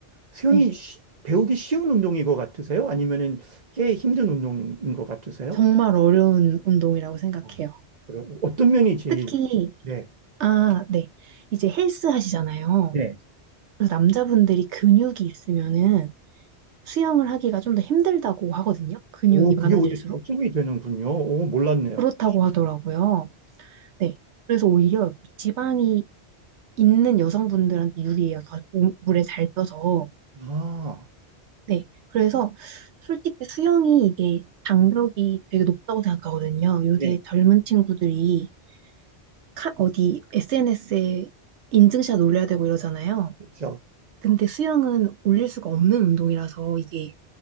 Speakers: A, on the right; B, on the right.
A: 수영이
B: 네.
A: 쉬- 배우기 쉬운 운동인 것 같으세요? 아니면은 꽤 힘든 운동인 것 같으세요?
B: 정말 어려운 운동이라고 생각해요.
A: 어, 그럼 어떤 면이 제일
B: 특히,
A: 네.
B: 아, 네. 이제 헬스 하시잖아요.
A: 네.
B: 그래서 남자분들이 근육이 있으면은 수영을 하기가 좀 더 힘들다고 하거든요. 근육이
A: 오,
B: 많아질수록.
A: 그게 오히려 장점이 되는군요. 오, 몰랐네요.
B: 그렇다고 하더라고요. 네. 그래서 오히려 지방이 있는 여성분들한테 유리해요. 더 몸- 물에 잘 떠서.
A: 음. 아,
B: 네. 그래서 솔직히 수영이 이게 장벽이 되게 높다고 생각하거든요. 요새
A: 네.
B: 젊은 친구들이 카- 어디 SNS에 인증샷 올려야 되고 이러잖아요.
A: 그렇죠.
B: 근데 수영은 올릴 수가 없는 운동이라서 이게